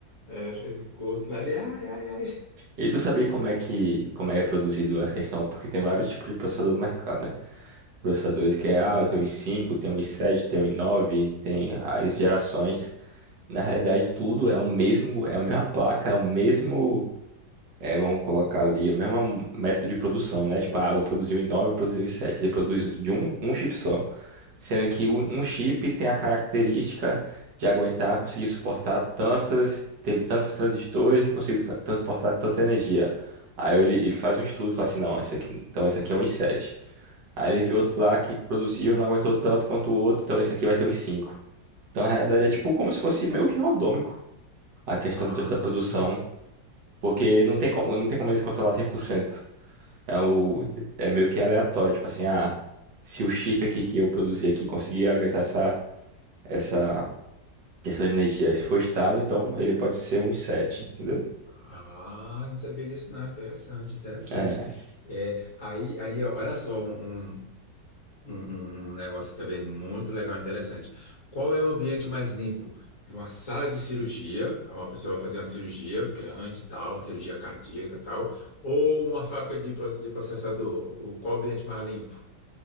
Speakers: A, on the left (about 45°); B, on the right (about 70°).
A: É, é, fez um corte lá, ele, ai, ai, ai.
B: E tu sabia como é que como é produzido essa questão? Porque tem vários tipos de processador no mercado, né? Processadores
A: Uhum,
B: que é, ah, eu tenho i5, tenho i7, tenho i9, tem as gerações. Na realidade, tudo é o mesmo, é a mesma placa, é o mesmo. É, vamos colocar ali o mesmo método de produção, né? Tipo, ah, vou produzir o i9, vou produzir o i7. Ele produz de um, um chip só. Sendo que o- um
A: uhum,
B: chip tem a característica de aguentar, conseguir suportar tantas, teve tantos transistores e conseguiu sa- transportar tanta energia. Aí ele- eles fazem um estudo, falam assim, não, esse aqui, então esse aqui é um i7. Aí ele viu outro lá que produziu, não aguentou tanto quanto o outro, então esse aqui vai ser um i5. Então, na realidade,
A: uhum.
B: é tipo como se fosse meio que randômico a questão
A: Ah,
B: de- da produção. Porque
A: sei.
B: não tem como, não tem como eles controlar cem por cento É, o,
A: Uhum.
B: é meio que aleatório, tipo assim, ah, se o chip aqui que eu produzi aqui conseguir aguentar essa, essa questão de energia, se for estável, então ele pode ser um i7, entendeu?
A: Ah, não sabia disso, não. Interessante, interessante.
B: É,
A: É, aí, aí, ó, olha só, um, Um, um- um negócio também muito legal e interessante. Qual é o ambiente mais limpo de uma sala de cirurgia? Uma pessoa vai fazer uma cirurgia grande, tal, uma cirurgia cardíaca, tal, ou uma fábrica de, pro- de processador? O- Qual o ambiente mais limpo?